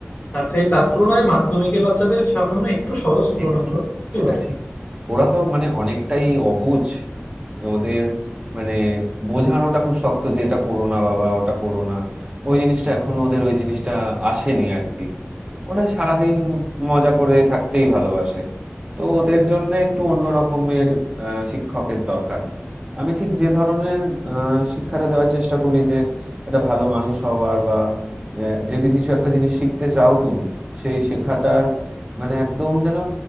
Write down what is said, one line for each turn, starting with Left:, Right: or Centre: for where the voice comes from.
Left: তার থেকে তার তুলনায় মাধ্যমিকের বাচ্চাদের সামলানো একটু সহজ তুলনামূলক
Right: একটু
Left: কি
Right: সেটা
Left: বলো
Right: ঠিক ওরা তো মানে অনেকটাই অবুঝ ওদের মানে বোঝানোটা খুব শক্ত যে এটা করো না বাবা ওটা করো না ওই জিনিসটা এখনো ওদের ওই জিনিসটা আসেনি আর কি ওরা সারাদিন মজা করে থাকতেই ভালোবাসে তো ওদের জন্য একটু অন্য রকমের আহ, শিক্ষকের দরকার আমি ঠিক যে ধরনের আহ, শিক্ষাটা দেওয়ার চেষ্টা করি যে একটা ভালো মানুষ হওয়ার বা আহ, যদি কিছু একটা জিনিস শিখতে চাও তুমি সেই শেখাটার মানে একদম যেন